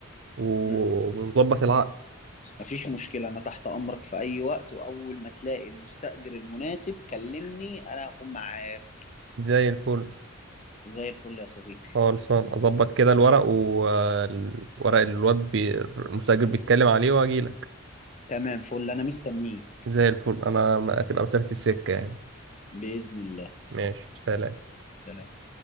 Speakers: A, on the right; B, on the left.
A: و-
B: مم.
A: ونظبط العقد
B: مفيش مشكلة أنا تحت أمرك في أي وقت وأول ما تلاقي المستأجر المناسب كلمني أنا هكون معاك
A: زي الفل
B: زي الفل يا صديقي
A: خالصان اظبط كده الورق والورق الواد بي... المستأجر بيتكلم عليه واجي لك
B: تمام فل أنا مستنيك
A: زي الفل انا هتبقى مسافة السكة يعني
B: بإذن الله
A: ماشي سلام
B: سلام